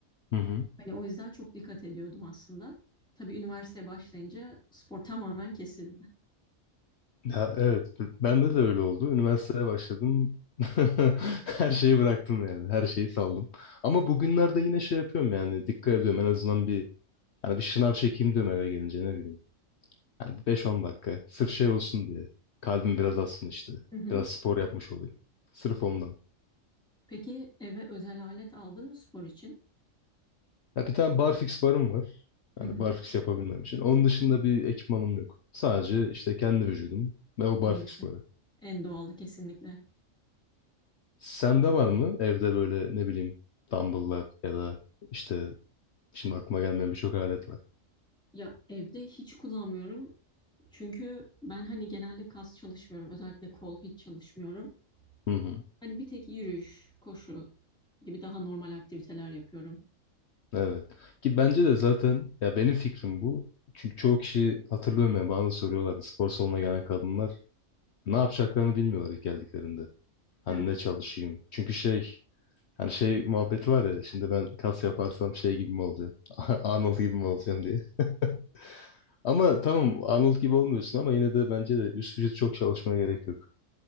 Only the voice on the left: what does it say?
Hı hı.
Ya evet, b- bende de öyle oldu. Üniversiteye başladım. <laughs> Her şeyi bıraktım yani. Her şeyi saldım. Ama bugünlerde yine şey yapıyorum yani. Dikkat ediyorum. En azından bir hani bir şınav çekeyim diyorum eve gelince ne bileyim. Yani beş on dakika. Sırf şey olsun diye. Kalbim biraz atsın işte.
Biraz spor yapmış olayım. Sırf ondan.
Ya bir tane barfix barım var.
Yani
barfix yapabilmem için. Onun dışında bir ekipmanım yok. Sadece işte kendi vücudum ve o
barfix
barı.
Sende var mı evde böyle ne bileyim dumbbell'lar ya da işte şimdi aklıma gelmeyen birçok alet var.
Hı hı.
Evet. Ki bence de zaten ya benim fikrim bu. Çünkü çoğu kişi hatırlıyorum ya bana da soruyorlardı spor salonuna gelen kadınlar ne yapacaklarını bilmiyorlar ilk geldiklerinde. Hani
ne çalışayım? Çünkü şey hani şey muhabbeti var ya şimdi ben kas yaparsam şey gibi mi olacağım? <laughs> Arnold gibi mi olacağım diye. <laughs> Ama tamam Arnold gibi olmuyorsun ama yine de bence de üst vücut çok çalışmaya gerek yok.